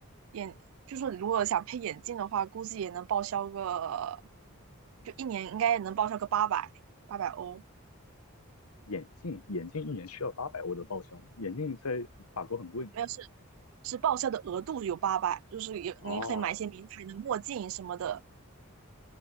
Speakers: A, on the right (about 70°); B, on the left (about 85°).
A: 眼就说如果想配眼镜的话，估计也能报销个，就一年应该也能报销个八百八百欧，
B: 眼镜眼镜一年需要八百欧的报销吗？眼镜在法国很贵。
A: 没有是是报销的额度有八百，就是有你可以买一些名牌的墨镜什么的，
B: 哦